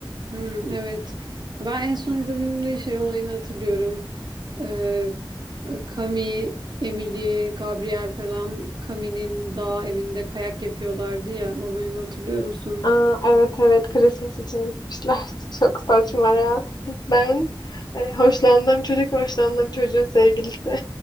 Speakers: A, on the right; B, on the left.
A: Hmm, evet. Ben en son izlediğimde şey olayını hatırlıyorum. Ee, Kami, Emily, Gabriel falan Kami'nin dağ evinde kayak yapıyorlardı ya. O bölümü hatırlıyor musun?
B: Aa, evet evet Christmas için gitmişler. <laughs> Çok saçma ya. Ben e, hoşlandığım çocuk ve hoşlandığım çocuğun sevgilisi